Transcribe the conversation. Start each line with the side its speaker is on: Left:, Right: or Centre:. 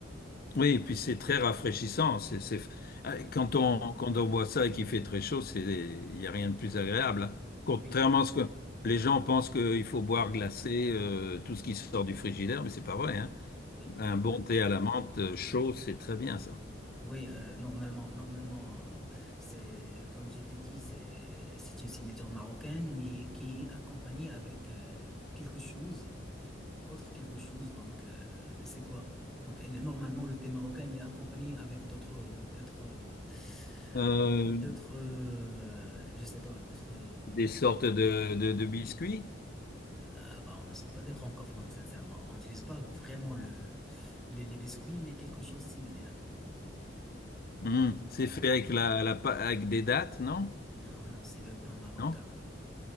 Left: Oui, et puis c'est très rafraîchissant. C'est, c'est... euh,
Centre: Oui,
Left: Quand on, quand on boit ça et qu'il fait très chaud, c'est, il n'y a rien de plus agréable. hein. Contrairement
Centre: oui,
Left: à ce que les gens pensent qu'il faut boire glacé, euh, tout ce qui sort du frigidaire, mais c'est pas vrai, hein.
Centre: oui.
Left: Un bon
Centre: Oui,
Left: thé à la menthe euh, chaud, c'est très bien ça.
Centre: Oui, euh, normalement, normalement, euh, c'est comme je t'ai dit, c'est c'est une signature marocaine, mais qui est accompagnée avec euh, quelque chose, autre quelque chose. Donc, euh, c'est quoi? Donc, elle- normalement, le thé marocain, il est accompagné avec d'autres, d'autres,
Left: Euh,
Centre: d'autres, euh, je sais pas, d'autres. euh,
Left: des sortes de,
Centre: d'autres-
Left: de, de biscuits.
Centre: Ah bah, on ne sort pas des francophones, sincèrement. On n'utilise pas vraiment le, le- les biscuits, mais quelque chose de similaire.
Left: Mhm. C'est fait avec, la, la, pa- avec des dattes, non?
Centre: Non, non, c'est le pain marocain.
Left: Non?